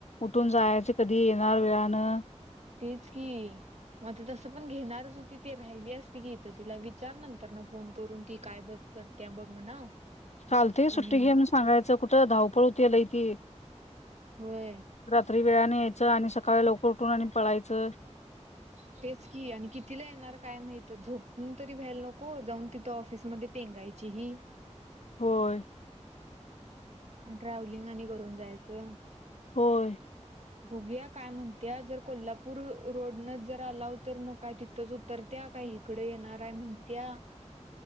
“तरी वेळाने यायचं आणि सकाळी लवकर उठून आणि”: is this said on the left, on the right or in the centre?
Left